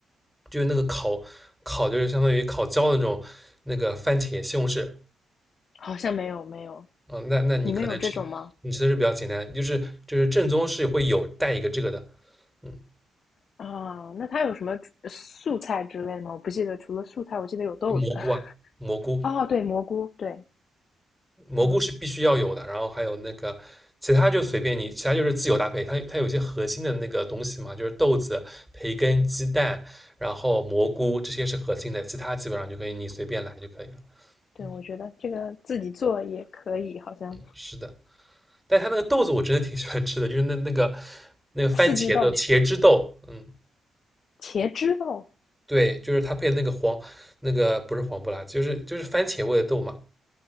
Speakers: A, in the centre; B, on the left.
A: 就是那个烤烤就是相当于烤焦的那种那个番茄西红柿
B: 好像没有没有，
A: 啊，那那你可能吃你吃的是比较简单，
B: 你们有这种吗？
A: 就是就是正宗是会有带一个这个的，嗯，
B: 啊，那它有什么素菜之类吗？我不记得，除了素菜，我记得有豆子。
A: 蘑菇啊蘑菇，
B: <laughs> 哦，对，蘑菇，对，
A: 蘑菇是必须要有的，
B: 嗯，
A: 然后还有那个其他就随便你，其他就是自由搭配。它它有一些核心的那个东西嘛，就是豆子、培根、鸡蛋，然后蘑菇这些是核心的，其他基本上就可以你随便来就可以了。
B: 对，
A: 嗯，
B: 我觉得这个自己做也可以，好像
A: 是的，但它那个豆子我真的挺喜欢吃的，就是那那个那个番茄的茄汁豆，
B: 四季豆、
A: 嗯，
B: 茄汁豆
A: 对，就是它配那个黄那个不是黄不拉几就是就是番茄味的豆嘛。